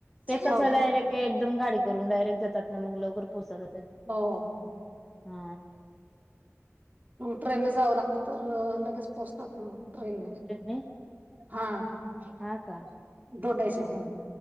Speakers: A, in the centre; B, on the right.
A: ते कसं
B: हो
A: डायरेक्ट एकदम गाडी करून डायरेक्ट जात तात ना मग लवकर पोहोचता का ते.
B: हो
A: हा.
B: ट्रेनने जावं लागत तर लगेच पोहोचतात ना ट्रेननी.
A: ट्रेनने
B: हां. <unintelligible>
A: हा का
B: हं.